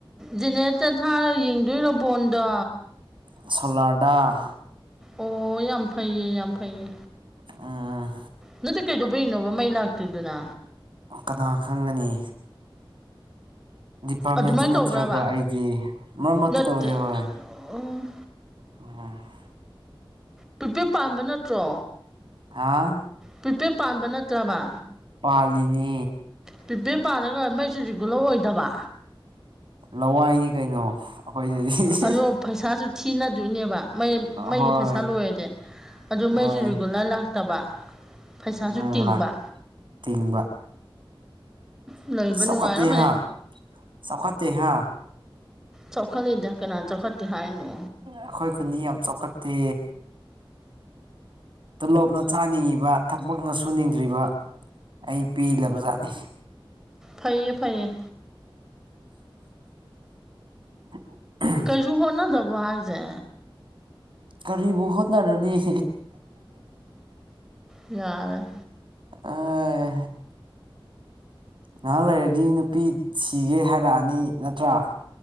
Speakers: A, in the centre; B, on the right.
A: ꯖꯦꯅꯦꯔꯦꯇꯔ ꯊꯥꯔꯒ ꯌꯦꯡꯗꯣꯏꯅꯣ ꯕꯣꯟꯗꯣ
B: ꯁꯣꯂꯥꯔꯗꯥ
A: ꯑꯣ ꯌꯥꯝ ꯐꯩꯌꯦ ꯌꯥꯝ ꯐꯩꯌꯦ
B: ꯎꯝ
A: ꯅꯠꯇꯦ ꯀꯩꯗꯧꯕꯒꯤꯅꯣꯕ ꯃꯩ ꯂꯥꯛꯇ꯭ꯔꯤꯗꯨꯅ
B: ꯀꯅꯥ ꯈꯪꯒꯅꯤ ꯗꯤꯄꯥꯔꯠꯃꯦꯟꯁꯦ
A: ꯑꯗꯨꯃꯥꯏ
B: ꯅꯠꯇ꯭ꯔꯒ
A: ꯇꯧꯕ꯭ꯔꯕ?
B: ꯑꯩꯗꯤ ꯃꯔꯛ ꯃꯔꯛꯇ
A: ꯅꯠꯇꯦ
B: ꯇꯧꯋꯦ ꯍꯣꯏ
A: ꯑꯣ
B: <unintelligible>
A: ꯄꯤꯄꯦꯠ ꯄꯥꯟꯕ ꯅꯠꯇ꯭ꯔꯣ
B: ꯍꯥꯥ
A: ꯄ꯭ꯔꯤꯄꯦꯗ ꯄꯥꯟꯕ ꯅꯠꯇ꯭ꯔꯕ
B: ꯄꯥꯜꯂꯤꯅꯤ
A: ꯄꯤꯄꯦ ꯄꯥꯜꯂꯒ ꯃꯩꯁꯨ ꯔꯤꯒꯨꯂꯔ ꯑꯣꯏꯗꯕ
B: ꯂꯋꯥꯏꯅꯤ ꯀꯩꯅꯣ ꯑꯩꯈꯣꯏꯗꯗꯤ
A: ꯑꯗꯣ ꯄꯩꯁꯥꯁꯨ ꯊꯤꯅꯗꯣꯏꯅꯦꯕ ꯃꯩ ꯃꯩꯒꯤ
B: ꯍꯣꯏ
A: ꯄꯩꯁꯥ ꯂꯣꯏꯔꯗꯤ ꯑꯗꯨ ꯃꯩꯁꯨ
B: ꯍꯣꯏ
A: ꯔꯤꯒꯨꯂꯔ ꯂꯥꯛꯇꯕ ꯄꯩꯁꯥꯁꯨ
B: ꯎꯝ
A: ꯇꯤꯡꯕ
B: ꯂꯥꯛ ꯇꯤꯡꯕ
A: ꯂꯩꯕ
B: ꯆꯥꯎꯈꯠꯇꯦ
A: ꯅꯨꯡꯉꯥꯏꯔꯝꯃꯅꯤ
B: ꯍꯥ ꯆꯥꯎꯧꯈꯠꯇꯦ ꯍꯥ
A: ꯆꯥꯎꯈꯠꯂꯤꯗ ꯀꯅꯥꯅ ꯆꯥꯎꯈꯠꯇꯦ ꯍꯥꯏꯅꯣ
B: ꯑꯩꯈꯣꯏ ꯈꯨꯟꯗꯤ ꯌꯥꯝ ꯆꯥꯎꯈꯠꯇꯦ ꯇꯂꯣꯞꯅ ꯆꯥꯅꯤꯡꯉꯤꯕ ꯊꯕꯛꯅ ꯁꯨꯅꯤꯡꯗ꯭ꯔꯤꯕ ꯑꯩ ꯄꯦꯜꯂꯕꯖꯥꯠꯅꯤ
A: ꯐꯩꯌꯦ ꯐꯩꯌꯦ
B: <inaudible>
A: ꯀꯩꯁꯨ ꯍꯣꯠꯅꯗꯕ ꯍꯥꯏꯁꯦ
B: ꯀꯔꯤꯕꯨ ꯍꯣꯠꯅꯔꯅꯤ
A: ꯌꯥꯔꯦ
B: ꯑꯏ ꯅꯍꯥꯛ ꯂꯩꯔꯗꯤ ꯅꯨꯄꯤ ꯁꯤꯒꯦ ꯍꯥꯏꯔꯛꯑꯅꯤ ꯅꯠꯇ꯭ꯔꯥ